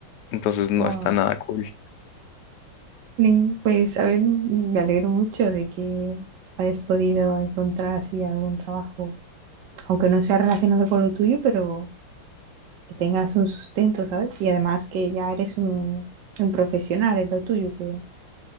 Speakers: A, on the left; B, on the right.
A: Entonces, no
B: Guau.
A: está nada cool.
B: Bien, Pues, a ver, me alegro mucho de que hayas podido encontrar así algún trabajo, aunque no sea relacionado con lo tuyo, pero que tengas un sustento, ¿sabes? Y además que ya eres un, un profesional en lo tuyo, que